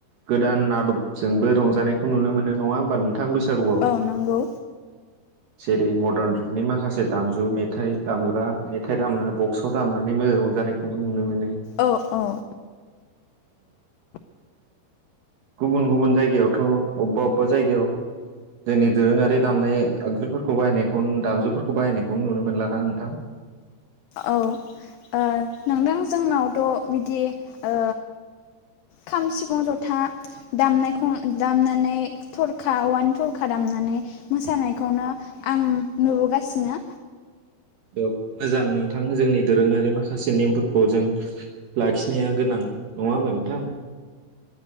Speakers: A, on the right; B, on the left.
A: गोदान आदबजोंबो रंजानायखौ नुनो मोनो नङा होमबा नो थां बैसागुआव
B: औ नंगौ
A: जेत। बे मदार्न जुगनि माखासे दामजु मेथाइ दामग्रा मेथाइ दामना बक्सआव दामनानै मो‌ रंजानायखौ खौ नुनो मोनो।
B: ओ अह।
A: गुबुन-गुबुन जायगायावथ अबबा-अबबा जायगायाव जोंनि दोरोङारि दामनाय आगजुफोरखौ बाहायनायखौ दामजुफोरखौ बाहायनायखौनो नुनो मोनला ना नोंथां।
B: औ ओ‌ नोंदों जोंनावथ‌' बिदि ओ खाम सिफुं जथा दामनायखौ दामनानै थरखा औवानि थरखा दामनानै। मोसानायखौनो आं। नुबोगासिनो
A: याव मोजां नोंथां जोंनि दोरोंङारि माखासे नेमफोरखौ जों लाखिनाया गोनां नंङा होमबा नोंथां।